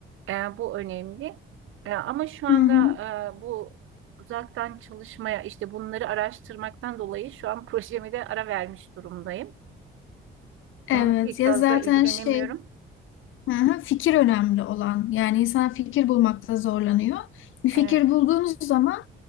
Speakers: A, on the right (about 85°); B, on the left (about 80°).
A: e, bu önemli. E, ama şu anda
B: Hı hı.
A: e, bu uzaktan çalışmaya işte bunları araştırmaktan dolayı şu an <laughs> projemi de ara vermiş durumdayım. Onunla
B: Evet
A: pek
B: ya
A: fazla
B: zaten
A: ilgilenemiyorum.
B: şey Hı hı, fikir önemli olan. Yani insan fikir bulmakta zorlanıyor. Bir
A: Evet.
B: fikir bulduğunuz zaman